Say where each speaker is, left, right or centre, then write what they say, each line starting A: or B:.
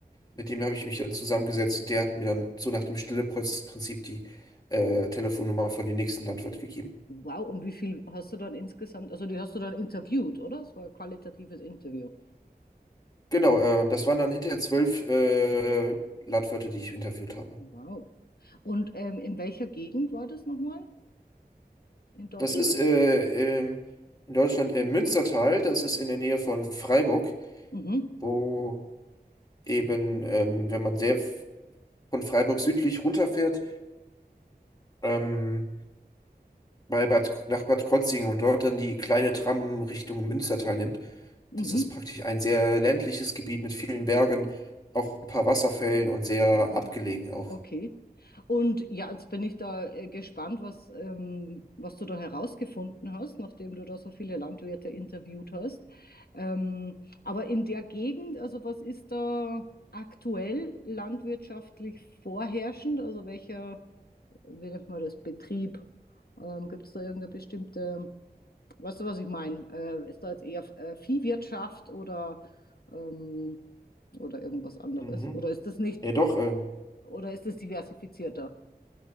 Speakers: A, on the left (about 25°); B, on the left (about 65°).
A: Mit dem habe ich mich dann zusammengesetzt und der hat mir dann so nach dem Stille-Post-Prinzip die äh, Telefonnummer von dem nächsten Landwirt gegeben.
B: Wow, und wie viel hast du dann insgesamt, also die hast du dann interviewt, oder? Es war ein qualitatives Interview.
A: Genau, äh, das waren dann hinterher zwölf äh, Landwirte, die ich interviewt habe.
B: Wow. Und ähm, in welcher Gegend war das nochmal? In Deutschland?
A: Das ist äh, ähm, in Deutschland im Münstertal, das ist in der Nähe von Freiburg,
B: Mhm,
A: wo eben, ähm, wenn man sehr f- von Freiburg südlich runterfährt, ähm, bei Bad, nach Bad Krozingen und dort dann die kleine Tram Richtung Münstertal nimmt.
B: mhm.
A: Das ist praktisch ein sehr ländliches Gebiet mit vielen Bergen, auch ein paar Wasserfällen und sehr
B: Ah,
A: abgelegen auch.
B: okay. Und ja, jetzt bin ich da äh, gespannt, was, ähm, was du da herausgefunden hast, nachdem du da so viele Landwirte interviewt hast. Ähm, aber in der Gegend, also was ist da aktuell landwirtschaftlich vorherrschend? Also welcher, wie nennt man das, Betrieb? Ähm, gibt es da irgendeine bestimmte Weißt du, was ich meine? Äh, ist da jetzt eher äh, Viehwirtschaft oder, ähm, oder irgendwas anderes?
A: Mhm.
B: Oder ist das nicht,
A: Ja, doch, ähm,
B: oder ist das diversifizierter?